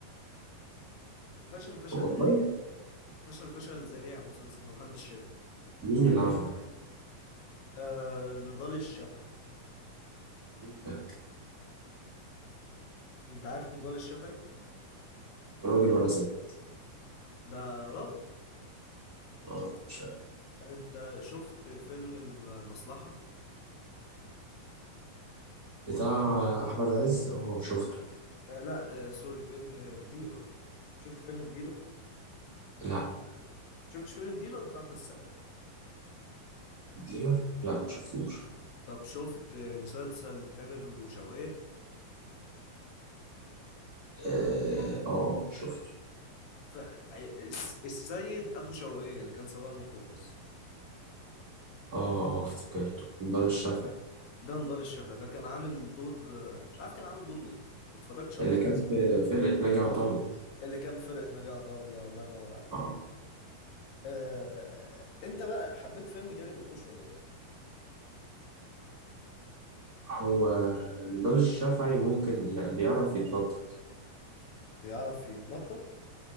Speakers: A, on the left; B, on the right.
A: وفشل فشل
B: والله
A: ذريع فشل فشل ذريع المسلسل ده محدش شافه
B: مين اللي عمله
A: آه نضال الشافعي
B: مين ده
A: انت عارف نضال الشافعي
B: راجل ولا ست
A: ده راجل
B: معرفوش
A: انت شفت فيلم المصلحة
B: بتاع أحمد عز اه شفته
A: آه لا آه سوري فيلم الديلر شفت فيلم الديلر
B: لا
A: شفتش فيلم الديلر بتاع احمد السقا
B: ديلر لا ما شفتوش
A: طب شفت آه، مسلسل تامر وشوقية
B: اه آه، شفته
A: ف آه، الس- السيد اخو شوقية اللي كان سواق الميكروباص
B: اه آه، افتكرته نضال الشافعي
A: ده نضال الشافعي ده كان عامل دور آه، مش عارف كان عامل دور مين ما اتفرجتش على
B: اللي
A: المسلسل
B: كان في فرقة ناجي عطا الله
A: اللي كان في فرقة نجاة عطا الله الله ينور عليك
B: اه
A: آه... انت بقى حبيت فيلم جري الوحوش ولا لا
B: هو نضال الشافعي ممكن ي- بيعرف يتنطط
A: بيعرف يتنطط